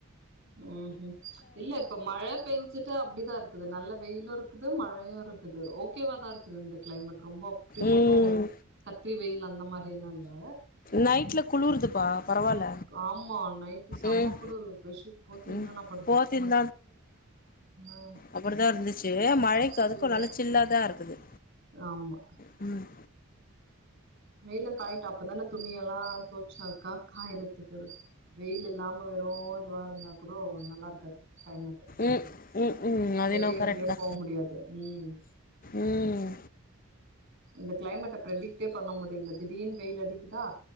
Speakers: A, on the right; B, on the left.
A: ம் ம் இல்ல இப்ப மழ பெஞ்சுட் டு அப்டிதா இருக்குது நல்ல வெயிலு இருக்குது மழையு இருக்குது ஓகேவாதா இருக்குது இந்த க்ளைமேட் ரொம்ப அப்பிடி
B: ம்
A: ஒண்ணு கத்திரி வெயில் அந்த மாரி எல்லா இல்ல
B: நைட்ல குளுருதுப்பா பரவால்ல
A: ஆமா நைட்டு சம்ம
B: ம்
A: குளுரு பெஷ்ஷீட் போத்திந்தா
B: ம்
A: நா படுத்தே
B: போத்தின்
A: அ ஆ
B: அப்படித்தா இருந்துச்சு மழைக்கு
A: குளுரு
B: அதுக்கு நல்லா சில்லாதா இருக்குது
A: ஆமா
B: ம்
A: வெயிலு காயிட்டோ அப்பதான துணியெல்லா தோச்சாக்கா காயறத்துக்கொரு வெயில் இல்லாம வெறு இதுவா இருந்தா கூடோ நல்லா இருக்காது கிளைமேட்
B: ம் ம் ம் அதென்னவோ
A: வெளிய எங்கேயு
B: கரெக்ட்தா
A: போ முடியாது ம்
B: ம்
A: இந்த கிளைமேட்ட ப்ரடிக்ட்டே பண்ண முடில திடீர்னு வெயில் அடிக்குதா